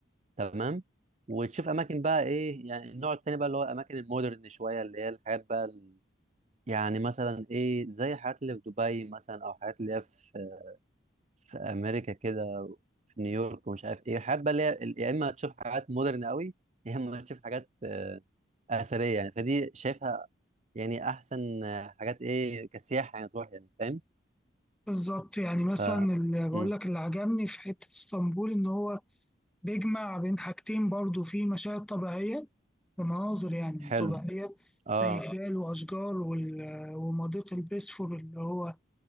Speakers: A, on the right (about 35°); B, in the centre.
A: تمام وتشوف أماكن بقى إيه يعني النوع التاني بقى اللي هو الأماكن المودرن شوية اللي هي الحاجات بقى ال- يعني مثلا إيه زي الحاجات اللي في دبي مثلا أو الحاجات اللي هي في في امريكا كده في نيويورك ومش عارف ايه حابه اللي هي يا اما تشوف حاجات مودرن قوي يا اما تشوف حاجات آه، اثريه يعني فدي شايفها يعني احسن آه، حاجات ايه كسياحه يعني تروح يعني فاهم
B: بالظبط يعني مثلا
A: ف
B: اللي بقول
A: مم.
B: لك اللي عجبني في حتة اسطنبول إن هو بيجمع بين حاجتين برضو في مشاهد طبيعية ومناظر يعني
A: حلو
B: طبيعية
A: اه
B: زي جبال وأشجار وال- ومضيق البسفور اللي هو